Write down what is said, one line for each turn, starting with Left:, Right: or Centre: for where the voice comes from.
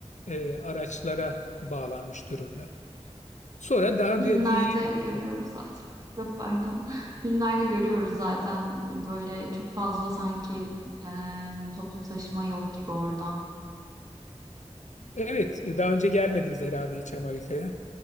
Left: e, araçlara bağlanmış durumda. Sonra daha
Right: Filmlerde
Left: da, da iyi gitti
Right: görüyoruz
Left: tabii.
Right: zaten. <laughs> Yok pardon. Filmlerde görüyoruz zaten böyle çok fazla sanki e, toplu taşıma yok gibi orada.
Left: Evet, e, daha önce gelmediniz herhalde hiç Amerika'ya.